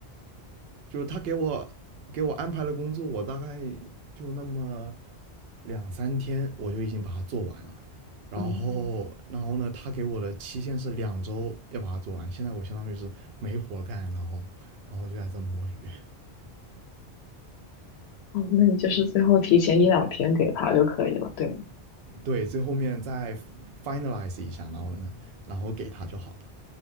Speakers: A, on the right; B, on the left.
A: 就他给我给我安排了工作，我大概就那么两三天，我就已经把它做完了。然后，
B: 嗯，
A: 然后呢，他给我的期限是两周要把它做完。现在我相当于是没活干，然后，然后就在这摸鱼。
B: 哦，那你就是最后提前一两天给他就可以了，对吗？
A: 对，最后面再 finalize 一下，然后呢，然后给他就好了，